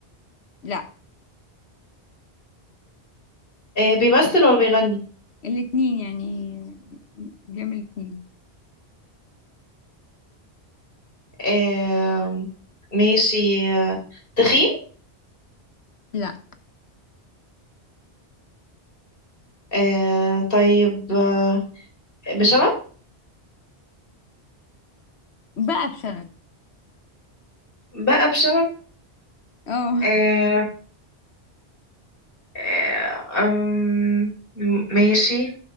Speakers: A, on the left (about 75°); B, on the left (about 55°).
A: لا
B: آه بيمثل ولا بيغني
A: الاتنين يعني بيعمل الاتنين
B: آه ماشي آه تخين
A: لا
B: آه طيب آه بشنب
A: بقى بشنب
B: بقى بشنب
A: اه
B: آه آه أم، م- ماشي